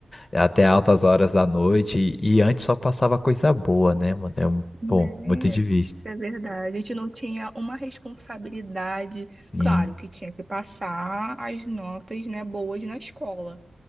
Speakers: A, on the left; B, on the right.
A: até altas horas da noite, e, e antes só passava coisa boa, né, mano, é um,
B: né?
A: bom, muito difícil.
B: Isso é verdade. A gente não tinha uma responsabilidade.
A: Sim.
B: Claro que tinha que passar as notas, né, boas na escola.